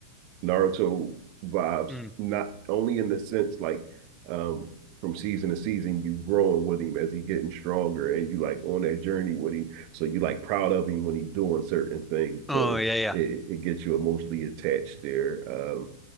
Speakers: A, on the right (about 50°); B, in the centre.
A: Naruto vibes,
B: Mm.
A: not only in the sense like um from season to season, you growing with him as he getting stronger and you like on that journey with him. So you like proud of him when he's doing certain things.
B: Oh
A: So
B: yeah, yeah,
A: it, it gets you emotionally attached there. Um